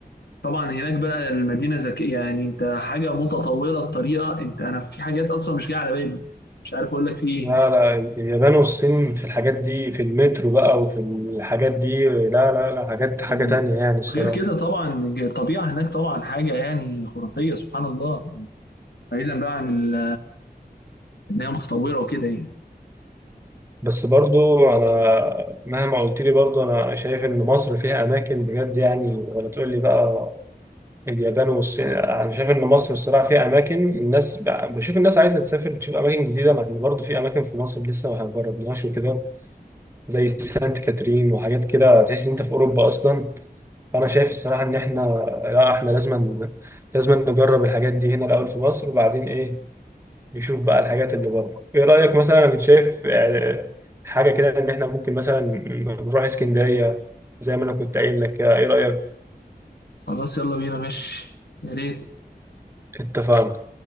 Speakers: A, on the left; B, on the right.
A: طبعًا هناك بقى المدينة ذكية، يعني أنت حاجة متطورة بطريقة أنت أنا في حاجات أصلًا مش جاية على بالي، مش عارف أقول لك في إيه
B: لا
A: هنا.
B: لا اليابان والصين في الحاجات دي في المترو بقى وفي الحاجات دي لا لا لا حاجات حاجه
A: إمم.
B: تانية يعني الصراحه
A: وغير كده طبعًا الج الطبيعة هناك طبعًا حاجة يعني خرافية سبحان الله، بعيدًا بقى عن ال إن هي متطورة وكده يعني.
B: بس برضو انا مهما قلت لي برضو انا شايف ان مصر فيها اماكن بجد يعني ولا تقول لي بقى اليابان والصين انا شايف ان مصر الصراحه فيها اماكن الناس بشوف الناس عايزه تسافر تشوف اماكن جديده مع ان برضو في اماكن في مصر لسه ما جربناهاش وكده زي سانت كاترين وحاجات كده تحس ان انت في اوروبا اصلا فانا شايف الصراحه ان احنا لا احنا لازم لازم نجرب الحاجات دي هنا الاول في مصر وبعدين ايه يشوف بقى الحاجات اللي بره ايه رأيك مثلا انا كنت شايف آه، حاجة كده ان احنا ممكن مثلا نروح اسكندرية زي ما انا كنت قايل لك كده. ايه رأيك
A: خلاص يالّا بينا ماشي، يا ريت.
B: اتفقنا